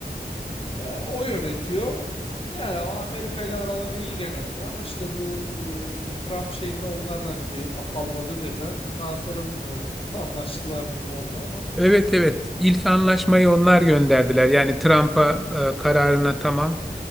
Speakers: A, on the left; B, in the centre.
A: E, o yönetiyor. Yani Amerika ile araları iyi genelde ama işte bu e, Trump şeyinde onlar da hani bir afalladı birden. Daha sonra bilmiyorum <laughs> anlaştılar mı ne oldu ama.
B: Evet evet ilk anlaşmayı onlar gönderdiler. Yani Trump'a e, kararına tamam